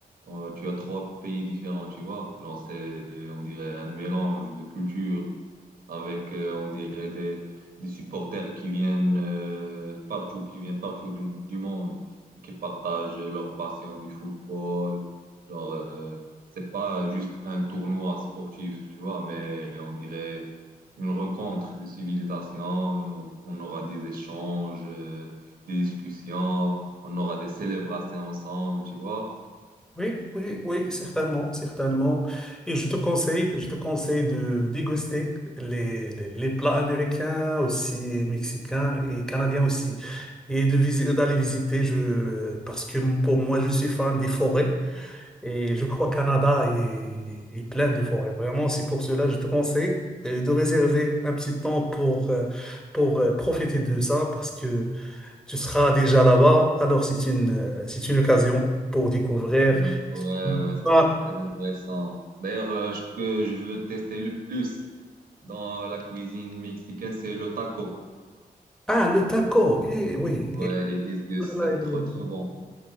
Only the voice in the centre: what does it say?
Oui, oui, oui, certainement, certainement. Et je te conseille, je te conseille de déguster les, les, les plats américains aussi, mexicains et canadiens aussi. Et de visi- d'aller visiter, je, parce que pour moi, je suis fan des forêts et je crois Canada est, est plein de forêts. Vraiment, c'est pour cela, je te conseille euh, de réserver un petit temps pour, euh, pour euh, profiter de ça parce que tu seras déjà là-bas. Alors, c'est une, euh, c'est une occasion pour découvrir
ah,
ah, le taco. Eh, oui,
eh,
là,
là, il
est,